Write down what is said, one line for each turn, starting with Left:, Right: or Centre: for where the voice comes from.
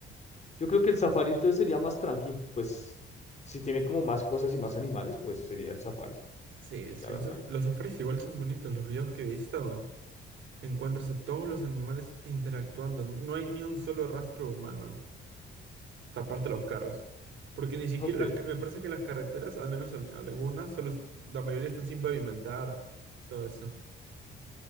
Left: yo creo que el safari entonces sería más tranqui, pues si tiene como más cosas y más animales, pues sería el safari,
Right: Sí, sí,
Left: la verdad.
Right: un saf- los safaris igual son bonitos. Los videos que he visto, te encuentras a todos los animales interactuando. No hay ni un solo rastro humano. taparte los carros. Porque ni siquiera,
Left: Ok,
Right: las ca- me parece que las carreteras, al menos al- algunas, solo, est- la mayoría están sin pavimentar, todo eso.